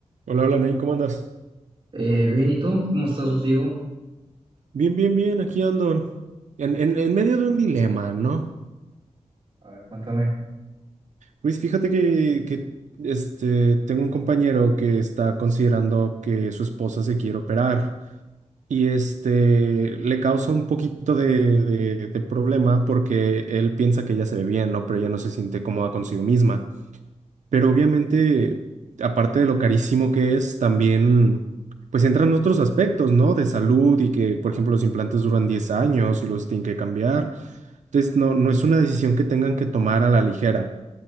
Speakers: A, on the right; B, on the right.
A: Hola, hola, Nain, ¿cómo andas?
B: Eh, bien, ¿y tú? ¿Cómo estás, Diego?
A: Bien, bien, bien, aquí ando. En, en- en medio de un dilema, ¿no?
B: A ver, cuéntame.
A: Luis, fíjate que, que, este, tengo un compañero que está considerando que su esposa se quiere operar y este, le causa un poquito de, de de problema porque él piensa que ella se ve bien, ¿no? Pero ella no se siente cómoda consigo misma. Pero obviamente, aparte de lo carísimo que es, también pues entran otros aspectos, ¿no? De salud y que, por ejemplo, los implantes duran 10 años y los tienen que cambiar. Entonces, no, no es una decisión que tengan que tomar a la ligera.